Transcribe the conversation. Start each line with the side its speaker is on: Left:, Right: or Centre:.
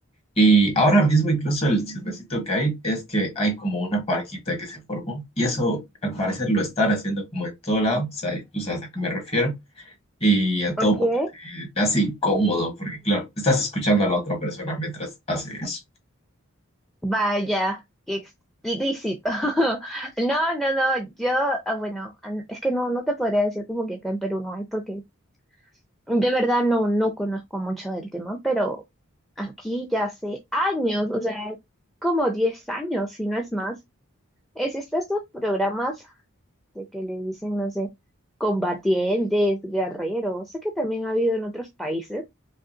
Left: Y ahora mismo incluso el chismecito que hay es que hay como una parejita que se formó y eso al parecer lo están haciendo como en todo lado, o sea, tú sabes a qué me refiero y a
Centre: ok.
Left: todo mundo te, te hace incómodo porque, claro, estás escuchando a la otra persona mientras haces
Centre: Vaya, qué explícito. <laughs> No, no, no, yo, ah, bueno, an- es que no, no te podría decir como que acá en Perú no hay, porque De verdad no, no conozco mucho del tema, pero aquí ya hace años, o sea, como 10 años, si no es más, existen estos programas de que le dicen, no sé, combatientes, guerreros, sé que también ha habido en otros países,